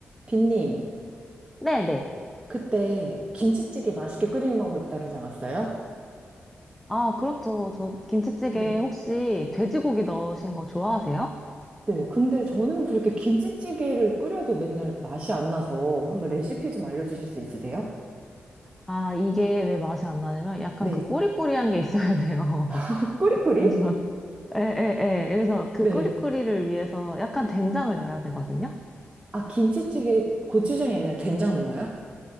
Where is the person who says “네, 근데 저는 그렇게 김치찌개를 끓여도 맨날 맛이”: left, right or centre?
Right